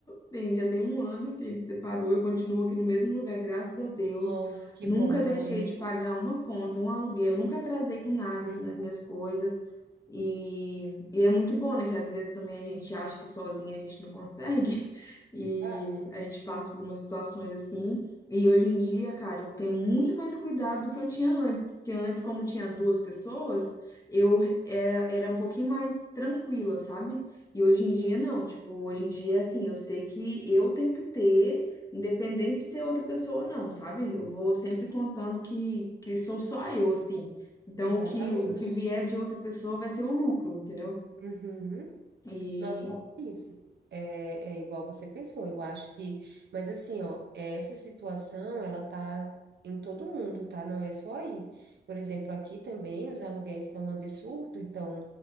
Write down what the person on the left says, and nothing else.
bem, já tem um ano que a gente separou, eu continuo aqui no mesmo lugar, graças a Deus.
Nunca
deixei
de pagar uma conta, um aluguel, nunca atrasei com nada assim,
nas minhas coisas. E, e é muito bom, né? Que às vezes também a gente acha que sozinha a gente não consegue, <laughs> e
a gente passa por umas situações assim. E hoje em dia, cara, eu tenho muito mais cuidado do que eu tinha antes, porque antes, como tinha duas pessoas, eu era, era um pouquinho mais tranquila, sabe? E hoje em dia
não, tipo, hoje em dia é assim, eu sei que eu tenho que ter, independente de ter outra pessoa ou não, sabe? Eu vou sempre
contando que, que sou só eu, assim. Então,
o que, o que vier de outra pessoa vai ser o lucro, entendeu?
E.